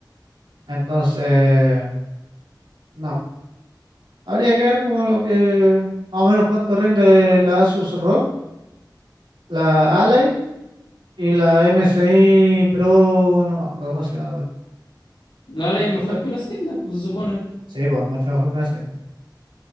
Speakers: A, on the right; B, on the left.
A: Entonces, no. Habría que ver como lo que, más o menos cuánto rinde la Asus ROG, la Ally y la MSI Pro, no me acuerdo cómo se llama la cuestión.
B: La ley es mejor
A: Esa-
B: que una Steam Deck, pues se supone.
A: Sí, pues mucho mejor con una Steam Deck.